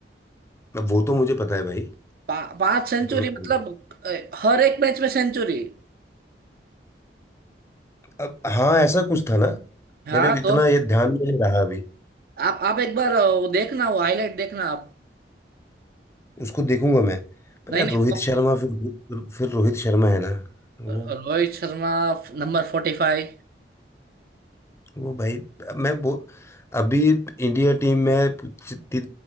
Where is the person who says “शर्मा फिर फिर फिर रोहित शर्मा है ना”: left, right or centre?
Left